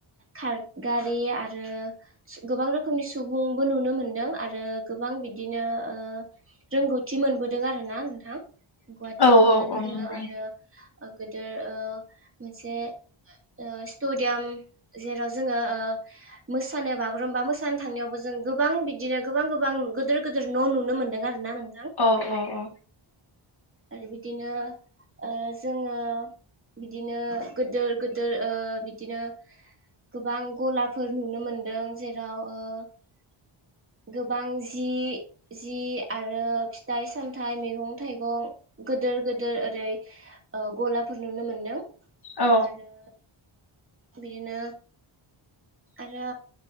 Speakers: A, on the right; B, on the left.
A: खार गारि आ रो गोबां रोखोमनि सुबुंबो नुनो मोनदों आ रो गोबां बिदिनो ओ रोंगौ थि मोनबोदों आरो ना नोंथां गुवाहाटियाव
B: औ
A: थांनानै
B: औ औ
A: जोङो
B: नंगौ
A: आरो ओ गोदोर ओ मोनसे ओ स्टुडियाम जेराव जोङो ओ मोसानो बागुरुमबा मोसानो थांनायावबो जों गोबां बिदिनो गोबां गोबां गोदोर गोदोर न नुनो मोनदों आर ना नों
B: अ अ अ
A: आरो बिदिनो ओ जोङो बिदिनो गोदोर गोदोर ओ बिदिनो गोबां गलाफोर नुनो मोनदों जेराव ओ गोबां जि-जि आरो फि थाइ सामथाइ मैगं थाइगं गोदोर गो दोर ओरै ओ गलाफोर नुनो मोनदों
B: औ
A: आरो बिदिनो आरो